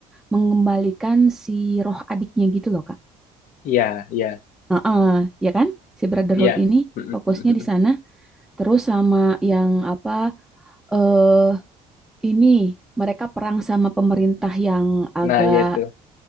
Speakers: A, in the centre; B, on the left.
A: mengembalikan si roh adiknya gitu loh Kak.
B: Iya, iya,
A: Heeh, ya kan? Si Brotherhood
B: iya.
A: ini
B: <laughs>
A: fokusnya di sana terus sama yang apa? eh Ini mereka perang sama pemerintah yang agak
B: Nah, ya itu.